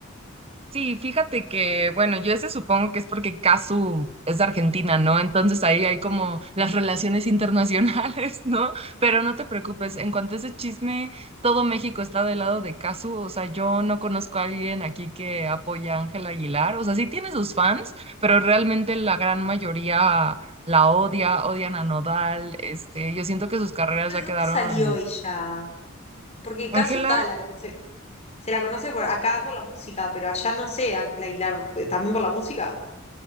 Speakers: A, on the right (about 30°); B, on the left (about 30°).
A: Sí, fíjate que, bueno, yo ese supongo que es porque Casu es de Argentina, ¿no? Entonces ahí hay
B: Sí.
A: como las relaciones internacionales, <laughs> ¿no? Pero no te preocupes, en cuanto a ese chisme, todo México está del lado de Casu, o sea, yo no conozco a alguien aquí que apoya a Ángela Aguilar, o sea, sí tiene sus fans, pero realmente la gran mayoría la odia, odian a Nodal, este, yo siento que sus carreras
B: ¿Pero
A: ya
B: de dónde
A: quedaron...
B: salió ella? Porque
A: Ángela
B: Kazuta la conoce, se la conoce por acá por la música, pero allá no sé, Ángela Aguilar, pues, también por la música.